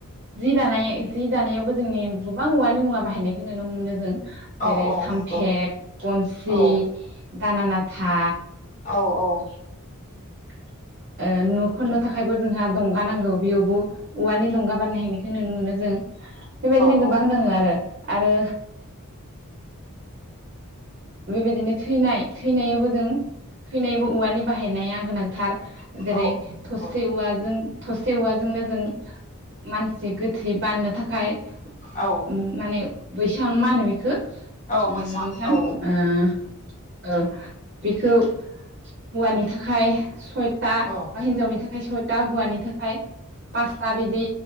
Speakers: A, on the right; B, on the left.
A: जि दानाय जि दानायावबो जोंनि गोबां औवानि मुवा बाहायनायखौ नुनो मोनो जों।
B: औ
A: जेरै
B: औ
A: सामफेद
B: नंगौ
A: खनसि
B: औ
A: दानानाथा
B: औ औ
A: <inaudible> ओ नु खनो थाखा खायबो जोंहा दंगा नांगौ बेयावबो औवानि दं। <unintelligible> खोनानो मोनो जों बेबायदिनो
B: औ
A: गोबां दङ आरो। आरो बेबायदिनो थैनाय थैनायावबो जों थैनायावबो औवानि बाहायनाया गोनां थार
B: औ
A: जेरै
B: नंगौ
A: थसे औवाजों थसे औवाजोंनो जों मानसि गोथै बाननो थाखाय
B: औ
A: ओ माने बैसां मा होनो बेखौ खौ ओम
B: औ
A: नोंथां
B: बैसां औ
A: ओ औ बेखौ हौवानि थाखाय सयथा
B: औ
A: बा हिनजावनि थाखाय सयथ ता हौवानि थाखाय पासता बिदि